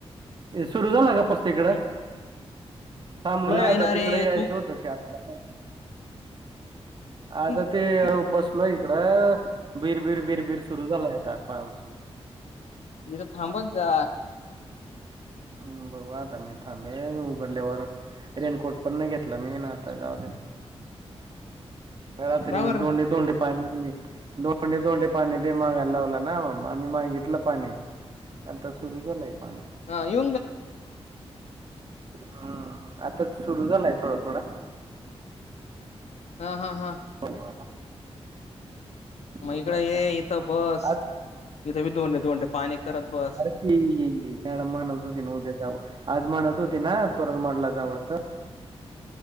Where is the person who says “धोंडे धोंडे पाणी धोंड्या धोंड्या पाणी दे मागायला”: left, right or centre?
Right